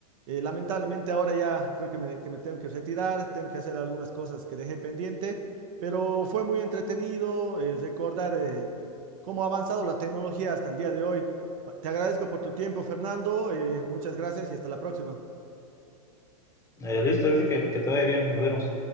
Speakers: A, on the right (about 60°); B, on the left (about 15°).
A: Eh, lamentablemente ahora ya creo que me, que me tengo que retirar, tengo que hacer algunas cosas que dejé pendiente, pero fue muy entretenido eh, recordar eh, cómo ha avanzado la tecnología hasta el día de hoy. Te agradezco por tu tiempo, Fernando. eh, muchas gracias y hasta la próxima.
B: Eh, listo, Enrique, que te vaya bien, nos vemos.